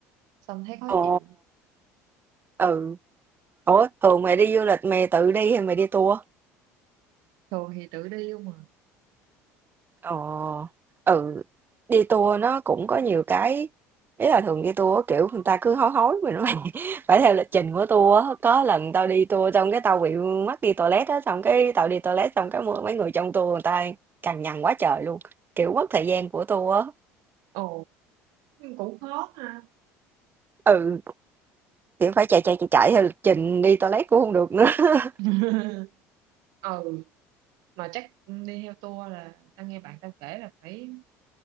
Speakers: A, on the right (about 75°); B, on the right (about 30°).
A: xong thấy khó
B: ồ
A: chịu
B: ừ ủa thường mày đi du lịch mày tự đi hay mày đi tour
A: thường thì tự đi không mà
B: Ờ, ừ, đi tour nó cũng có nhiều cái ý là thường đi tour á, kiểu người ta cứ hối hối mình phải, <laughs> phải theo lịch trình của tour á. có lần tao đi tour xong cái tao bị mắc đi toilet á xong cái tao đi toilet xong cái mấy người trong tour người ta cằn nhằn quá trời luôn kiểu mất thời gian của tour á
A: ồ cũng khó ha
B: ừ kiểu phải chạy chạy chạy chạy theo lịch trình đi toilet cũng không được nữa <laughs>
A: <laughs> ừ mà chắc đi theo tour là tao nghe bạn tao kể là phải